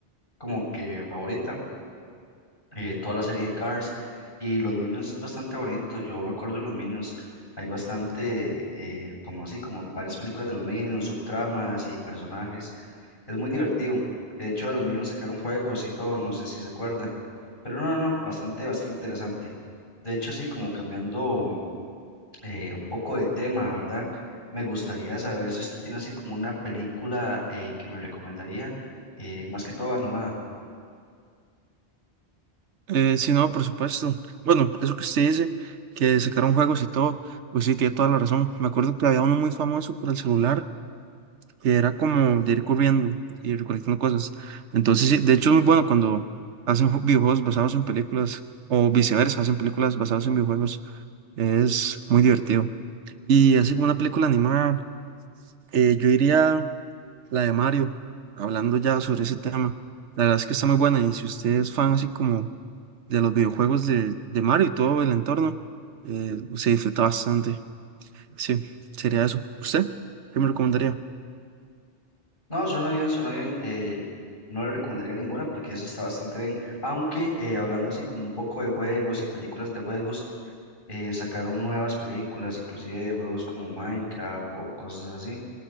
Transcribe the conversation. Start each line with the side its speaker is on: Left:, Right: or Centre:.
Left: como que favorita, eh, toda la serie de Cars y los Minions es bastante bonito, yo me acuerdo de los Minions, hay bastante, eh, como así, como varias películas de los Minions, subtramas y personajes, es muy divertido, de hecho de los Minions sacaron juegos y todo, no sé si se acuerda, pero no, no, no, bastante, bastante interesante, de hecho así como cambiando eh, un poco de tema, ¿verdad? Me gustaría saber si usted tiene así como una película eh, que me recomendaría, eh, más que todo animada.
Right: Eh, sí, no, por supuesto. Bueno, eso que usted dice, que sacaron juegos y todo, pues sí, tiene toda la razón. Me acuerdo que había uno muy famoso por el celular, que era como de ir corriendo y recolectando cosas. Entonces, sí, de hecho es muy bueno cuando hacen ju- videojuegos basados en películas o viceversa, hacen películas basadas en videojuegos. Es muy divertido. Y así como una película animada, eh, yo diría la de Mario, hablando ya sobre ese tema. La verdad es que está muy buena y si usted es fan así como de los videojuegos de, de Mario y todo el entorno, eh, se disfruta bastante. Sí, sería eso. ¿Usted? ¿Qué me recomendaría?
Left: No, suena bien, suena bien. eh, no le recomendaría ninguna porque esa está bastante bien. Aunque eh, hablando así como un poco de juegos y películas de juegos, eh, sacaron nuevas películas, inclusive de juegos como Minecraft o cosas así.